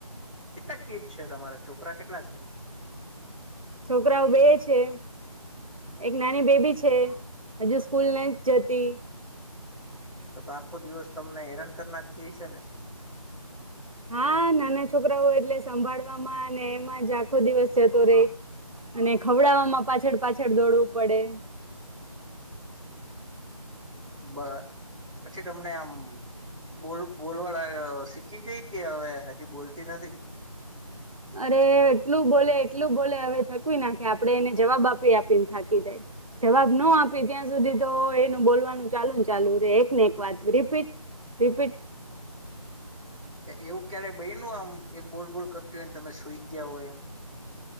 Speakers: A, in the centre; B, on the right.
A: કેટલા કિડ છે? તમારા છોકરા કેટલા છે?
B: છોકરાઓ બે છે. એક નાની બેબી છે. હજુ સ્કૂલ નઈ જતી.
A: તો તો આખો દિવસ તમને હેરાન કરી નાખતી હશેને?
B: હા નાના છોકરા ઓય એટલે સંભાળવા એમા ને એમાં જ આખો દિવસ જતો રેય અને ખવડાવમાં પાછળ પાછળ <inaudible> દોડવું પડે
A: બ પછી તમને આમ બોલ બોલવા લાય શીખી ગઈ કે હવે, હજી બોલતી નથી?
B: અરે એટલું બોલે એટલું બોલે હવે થકવી નાખે આપડે, એને જવાબ આપી આપીને થાકી જાય જવાબ ના આપી ત્યાં સુધી તો એનું બોલવાનું ચાલુ ને ચાલુ રે, એક ને એક વાત રીપીટ રીપીટ
A: એવું ક્યારેય બ ? નું આમ એ બોલ બોલ કરતી હોય ને? તમે સુઈ ગયા હો એમ?